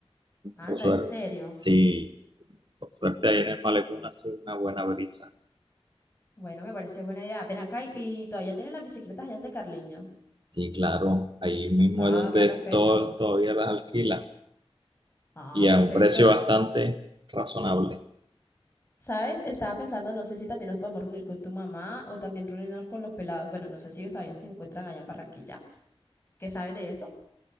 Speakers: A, on the left; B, on the right.
A: Anda,
B: Por suerte,
A: en serio.
B: sí, por suerte ahí en el malecón hace una buena brisa.
A: Bueno, me parece buena idea. Ven acá y, y todavía tienen las bicicletas allá de Carliño.
B: Sí, claro, ahí mismo
A: Ah,
B: es donde
A: queda perfecto.
B: todos todavía las alquila
A: Ah,
B: y
A: perfecto.
B: a un precio bastante razonable.
A: ¿Sabes? Estaba pensando, no sé si también nos podemos reunir con tu mamá o también reunirnos con los pelados. Bueno, no sé si ellos todavía se encuentran allá en Barranquilla. ¿Qué sabes de eso?